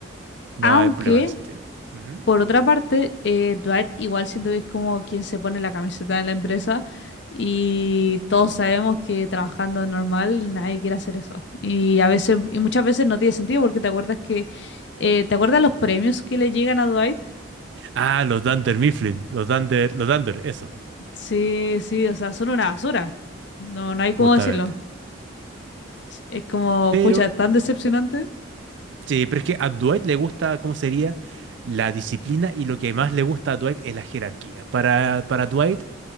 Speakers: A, on the right; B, on the left.
A: No
B: Aunque
A: hay problema de sentido. Ujú.
B: Por otra parte, eh, Dwight igual siento que es como quien se pone la camiseta de la empresa y todos sabemos que trabajando normal nadie quiere hacer eso. Y a veces, y muchas veces no tiene sentido porque te acuerdas que, eh, ¿te acuerdas los premios que le llegan a Dwight?
A: Ah, los Dunder Mifflin, los Dunder, los Dunder, eso,
B: Sí, sí, o sea, son una basura. No, no hay cómo
A: justamente.
B: decirlo. Es es como,
A: Pero,
B: pucha, tan decepcionante.
A: sí, pero es que a Dwight le gusta, ¿cómo sería? La disciplina y lo que más le gusta a Dwight es la jerarquía. Para, para Dwight,